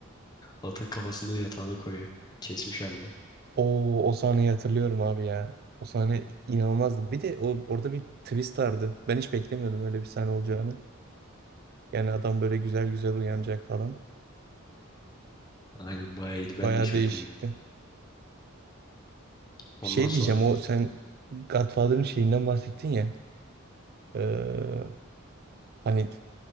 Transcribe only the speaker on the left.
Atın kafasını yatağına koyuyor. Kesmiş halde.
Aynen bayağı iyiydi. Ben
de hiç
beklemedim. Ondan
sonra